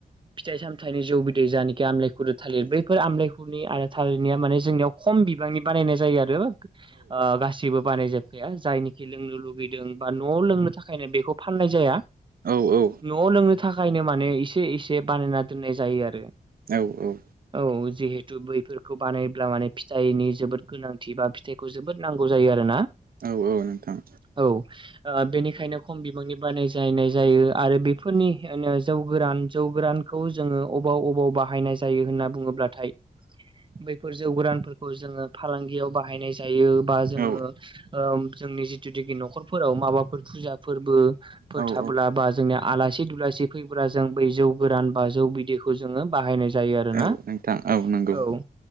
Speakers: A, on the right; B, on the right.
A: फिथाइ सामथाइनि जौ बिदै जानखि आमलायखुरो थालिर बैफोर आमलायखुरनि आरो थालिर म जोंनि खम बिबांनि बानायनाय जायो आरो ओ गा जेबो बानायजोबखाया जायनिखि लोंनो लुगैदों बा न'आव लोंनो थाखायनो बेखौ फाननाय जाया
B: औ औ।
A: न'आव लोंनो थाखायनो माने एसे एसे बानायना दोननाय जायो आरो।
B: औ औ।
A: औ जिहेतु बैफोर खौ बानायब्ला माने फिथाइनि जोबोद गोनांथि बा फिथाइखौ जोबोद नांगौ जायो आरो ना।
B: औ औ नोंथां।
A: औ। बेनिखायनो खम बिबांनि बानायजायनाय जायो आरो बेफोरनि जौ गोरान जौ गोरान खौ जोङो अबाव अबाव बाहायनाय जायो होनना बुङोब्लाथाय। बैफोर जौ गोरानफोरखौ जोङो फालांगियाव बाहायनाय जायो। जायो बा जोङो
B: औ
A: जोंनि जिथुनाुखि न'खरफोराव माबाफोर फुजा फोरबो। फ
B: औ औ
A: थाबोला बा जोंनिया आलासि दुलासि फैब्ला जों बै जौ गोरान बा जौ बिदैखौ जोङो बाहायनाय जा जायो आरोना
B: औ नोंथां औ नंगौ
A: औ